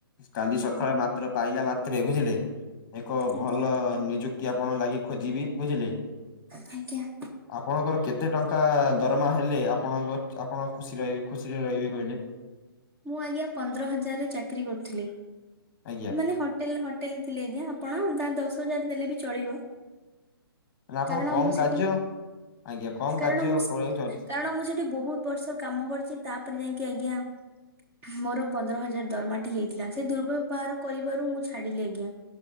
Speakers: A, on the left (about 25°); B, on the right (about 15°).
A: କାଲି ସଖାଳେ ମା ତ୍ର ପାଇଲା ମାତ୍ରେ ବୁଝିଲେ ଏକ
B: ଆଜ୍ଞା
A: ଭଲ ନିଯୁକ୍ କ୍ତି ଆପଣଙ୍କ ଲାଗି ଖୋଜିବି ବୁଝିଲେ।
B: ଆଜ୍ଞା।
A: ଆପଣଙ୍କର କେତେ ଟଙ୍କା ଦରମା ହେଲେ ଆପଣଙ୍କଚ୍ ଆପଣ ଖୁସିରହିବେ ଖୁସିରେ ରହିବେ କହିଲେ।
B: ମୁଁ ଆଜ୍ଞା ପନ୍ଦର ହଜାରରେ ଚାକିରୀ କରୁଥିଲି।
A: ଆଜ୍ଞା
B: ମାନେ ହଟ୍ ଟେଲ ହୋଟେଲ ରେ ଥିଲି ଆଜ୍ଞା ଆପଣ ତା ଦଶ ହଜାର ଦେଲେ ବି ଚଳିବ।
A: ନା ଆପଣ
B: କାରଣ
A: କମ
B: ମୁଁ ସେଟି
A: କାର୍ଯ୍ୟ ଆଜ୍ଞା କମ
B: କାରଣ
A: କାର୍ଯ୍ୟ
B: ମୁଁ
A: କରିବାକୁ
B: ସ
A: ଚାହୁଁଛନ୍ତି।
B: କାରଣ ମୁଁ ସେଠି ବହୁତ ବର୍ଷ କାମ କରୁଚି ତାପରେ ଯାଇଁକି ଆଜ୍ଞା ମୋର ପନ୍ଦର ହଜାର ଦରମାଟି ହେଇଥିଲା। ସେ ଦୁର୍ବ୍ୟବହାର କରିବାରୁ ମୁଁ ଛାଡିଲି ଆଜ୍ଞା।